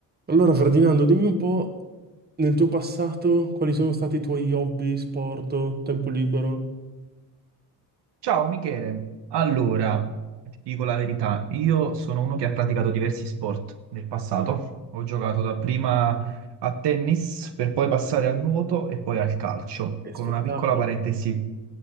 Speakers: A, on the right (about 25°); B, on the right (about 80°).
A: Allora, Ferdinando, dimmi un po' nel tuo passato quali sono stati i tuoi hobby, sport, tempo libero?
B: Ciao Michele, allora, ti dico la verità, io sono uno che ha praticato diversi sport nel passato,
A: Ok.
B: ho giocato dapprima a tennis per poi passare al nuoto e poi al calcio,
A: Che
B: con
A: spettacolo,
B: una piccola parentesi